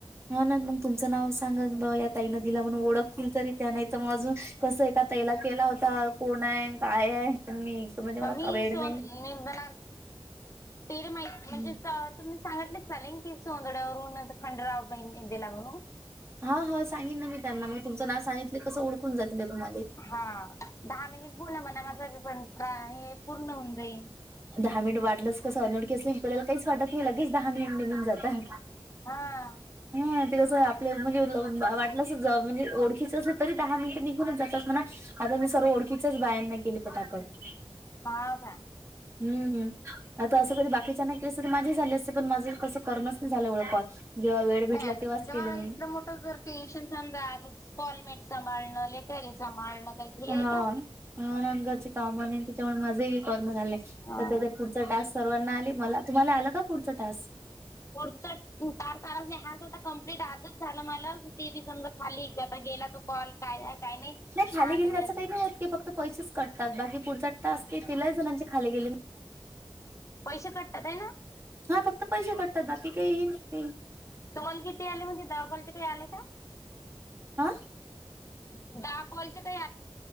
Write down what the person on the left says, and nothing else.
ह मी
सोन
मी ब तेर माही म्हणजे
तुम्हीं सांगितले चालेल की सोंदड्यांवरूंन खंडराव बॉकेत गेल्यां म्हणूंन
हा दहा मिनिट बोला मला माझं पण का हे पूर्ण होऊन जाईल
हा
हा का?
नाही आता
तुमच्या
मा
इथलं मोठं पेन्शन समज क्टॉलमेट सांभाळणं लेकरी सांभाळणं काही ते
आहे
का
पुढचा तार ारच नाही हाता कंप्लीट आजच झाला मला ते बी समजा खाली आता गेला तो कॉल काय? काय नाही
आता
पैसे कटतात आहे ना
तुम्हाला किती आले म्हजे दावापलचे काही आले का?
दहा कॉलचे तरी